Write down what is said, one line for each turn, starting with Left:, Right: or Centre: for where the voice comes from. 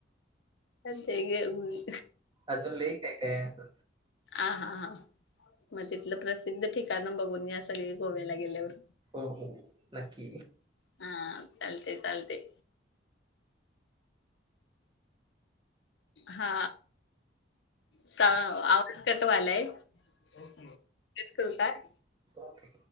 Left: पण ते घे वुई
Right: अजून लय काय काय ये असं
Left: आ हा हा म तिथलं प्रसिद्ध ठिकाण बघून या सगळे गोव्याला गेल्यावर
Right: हो हो नक्की
Left: हा चालते चालते. हा सां आवाज कट वालाय ओके ठेवू काय
Right: ओके.